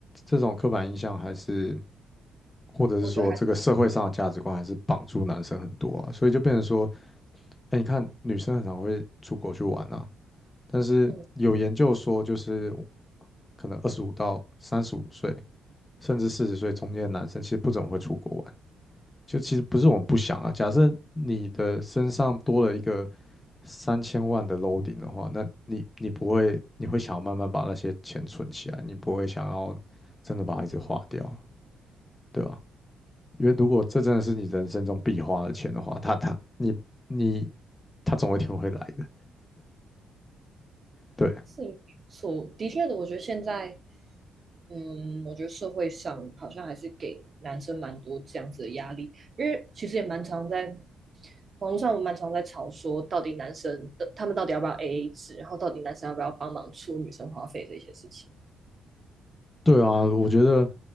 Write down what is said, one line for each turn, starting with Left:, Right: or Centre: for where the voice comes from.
Left: 这种刻板印象还是。或者是说这个社会上的价值观还是绑住男生很多啊，
Right: 我觉得还是
Left: 所以就变成说，哎，你看女生很常会出国去玩啊，但是有研究说，
Right: 嗯
Left: 就是可能二十五到三十五岁，甚至四十岁中间的男生，其实不怎么会出国玩。就其实不是我们不想啊，假设你的身上多了一个三千万的 loading 的话，那你你不会，你会想要慢慢把那些钱存起来，你不会想要真的把它一直花掉，对吧？因为如果这真的是你人生中必花的钱的话，他他你你他总有一天会来的。对
Right: 是不错，的确的，我觉得现在嗯，我觉得社会上好像还是给男生蛮多这样子的压力，因为其实也蛮常在网络上，我蛮常在吵说，到底男生的他们到底要不要 AA 制，然后到底男生要不要帮忙出女生花费这些事情。
Left: 对啊，我觉得